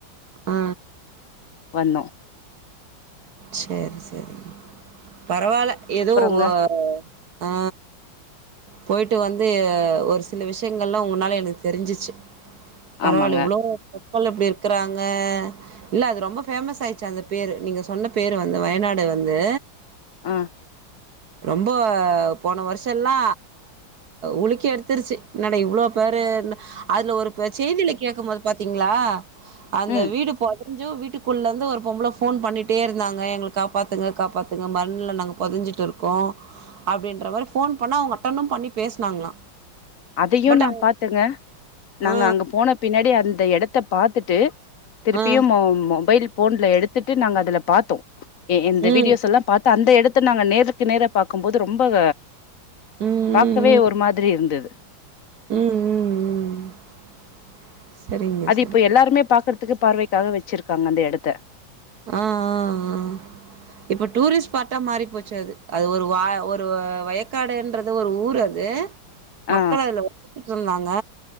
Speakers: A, on the right; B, on the left.
A: ஆ
B: வந்தோ
A: செரி செரி பரவால்ல ஏதோ
B: அப்புறங்க
A: ஓவே ஆ போய்ட்டு வந்து ஒரு சில விஷ்யங்கள்லா உன்னால எனக்கு தெரிஞ்சிச்சு பரவால
B: ஆமாங்க.
A: இவ்ளோ அப்போல எப்டி இருக்கறாங்க இல்ல அது ரொம்ப ஃபேமஸ் ஆயீடுச்சு அது பேரு நீங்க சொன்னப் பேரு வந்து வயநாடு வந்து
B: ஆ.
A: ரொம்போ போன வருஷொல்லா உலக்கி எடுத்துருச்சு என்னடா இவ்ளோ பேரு என்ன அதுல ஒரு ப செய்தில கேட்கும் போது பாத் திங்ளா அந்த
B: ம்.
A: வீடு போது கொஞ்சோ வீட்டுக்குள்ள இருந்து ஒரு பொம்பள ஃபோன் பண்ணிட்டே இருக் நாங்க எங்கள காப்பாத்துங்க காப்பாத்துங்க மண்ல நாங்க பொதஞ்சிட்டு இருக்கோ அப்டின்ற மாரி ஃபோன் பண்ணா அவுங்க அட்டனும் பண்ணி பேசுனாங்களாம்
B: அதையு
A: பட்
B: நா
A: அவங்க
B: பாத்தேங்க நாங்க
A: ஆ
B: அங்க போன பின்னாடி அது அந்த எடத்த பாத்துட்டு திருப்பியு
A: ஆ ஆ
B: மொ மொபைல் ஃபோன்ல எடுத்துட்டு நாங்க அதுல பாத்தோ எ எந்த
A: ம்
B: வீடியோஸ் எல்லா பாத் அந்த எடத்த நாங்க நேருக்கு நேர பாக்கும் போது ரொம்ப
A: ம் ம்
B: பாக்கவே ஒரு மாதிரி இருந்தது
A: ம் ம் ம் ம் சரிங்க,
B: அது
A: சரிங்க.
B: இப்ப
A: சரி.
B: எல்லாருமே பாக்றத் துக்கு பார்வைக்காக வச்சிருக்காங்க அந்த எடத்த
A: ஆ ஆ ஆ ஆ இப்போ டூரிஸ்ட் ஸ்பாட்டா மாறி போச்சு அது அது ஒரு வா ஒரு வயக்காடுன்றது ஒரு ஊர் அது மக்கள்
B: ஆ,
A: அதுல வந்து உட்ருந்தாங்க